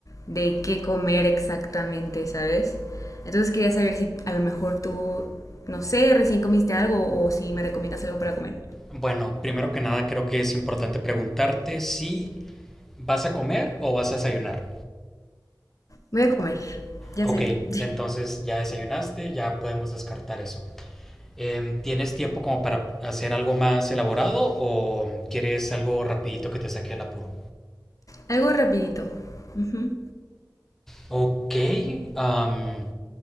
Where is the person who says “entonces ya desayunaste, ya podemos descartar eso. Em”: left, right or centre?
Centre